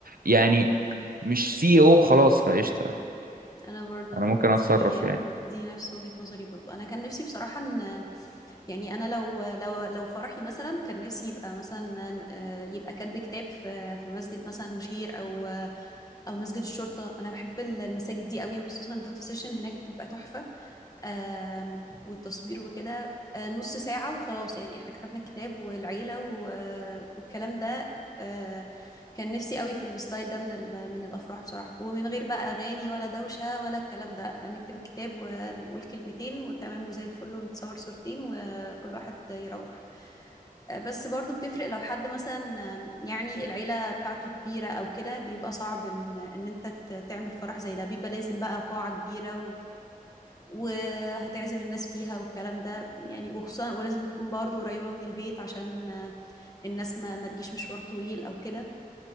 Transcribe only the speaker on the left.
انا برضو
دي
دي نفس وجهة نظري برضو انا كان نفسي بصراحة ان يعني انا لو لو لو فرحي مثلا كان نفسي يبقى مثلا آه، يبقى كاتب كتاب في في مسجد مثلا مشير او او مسجد الشرطة انا بحب المساجد دي قوي وخصوصا الفوتو سيشن هناك بتبقى تحفة آم، والتصوير وكده آه، نص ساعة وخلاص يعني احنا كتبنا الكتاب والعيلة و- آه، والكلام ده آه، كان نفسي قوي في الستايل ده من ال- من الأفراح بصراحة ومن غير بقى أغاني ولا دوشة ولا الكلام ده نكتب الكتاب ونقول كلمتين وتمام وزي الفل ونتصور صورتين وكل واحد يروح آه، بس برضو بتفرق لو حد مثلا آم، يعني العيلة بتاعته كبيرة أو كده بيبقى صعب إن إن أنت ت- تعمل فرح زي ده بيبقى لازم بقى قاعة كبيرة وهتعزم الناس فيها والكلام ده يعني وخصوصا ولازم تكون برضه قريبة من البيت عشان آه، الناس ما ما تجيش مشوار طويل او كده